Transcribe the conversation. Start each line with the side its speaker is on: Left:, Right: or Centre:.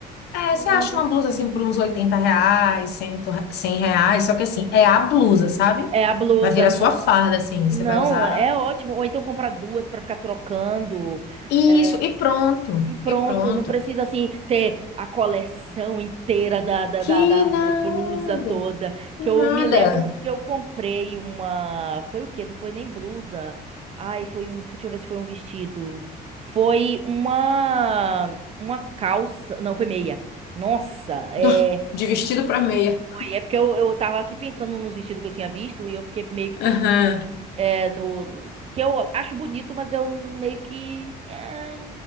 Left: é,
Right: Vou
Left: você acha
Right: dar uma pesquisada.
Left: uma blusa assim por uns 80 reais, 100, 100 reais, só que assim, é a blusa, sabe?
Right: É a blusa,
Left: Vai virar
Right: não.
Left: sua farda, assim, você
Right: Não,
Left: vai usar
Right: é ótimo. Ou então comprar duas pra ficar trocando.
Left: isso,
Right: É,
Left: e pronto,
Right: e pronto,
Left: e pronto.
Right: não precisa assim ter a coleção inteira da, da, da,
Left: Que
Right: da ro-
Left: nada,
Right: blusa toda.
Left: que
Right: Que
Left: nada.
Right: eu me lembro que eu comprei uma. Foi o quê? Não foi nem blusa. Ai, foi um. Deixa eu ver se foi um vestido. Foi uma. Uma calça. Não, foi meia. Nossa, é.
Left: Do- De vestido para meia.
Right: É porque eu, eu tava aqui pensando nos vestidos que eu tinha visto e eu fiquei meio que pensando
Left: Aham.
Right: é, no, no- que eu acho bonito, mas eu meio que é,